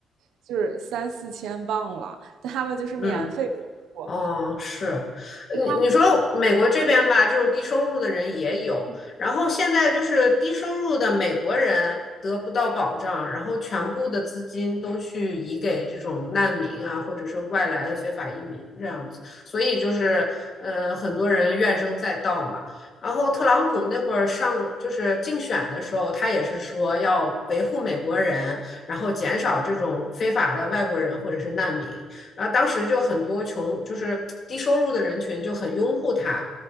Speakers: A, on the right (about 80°); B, on the left (about 50°).
A: 就是三四千镑了，但他们就是免费给我
B: 嗯。哦，是，
A: 住，
B: 你你说美国这边吧，
A: 他们
B: 这种低收入的人也有，然后现在就是低收入的美国人得不到保障，然后全部的资金都去移给这种难民啊，或者是外来的非法移民这样子，所以就是呃，很多人怨声载道嘛。然后特朗普那会儿上就是竞选的时候，他也是说要维护美国人，然后减少这种非法的外国人或者是难民。然后当时就很多穷，就是低收入的人群就很拥护他。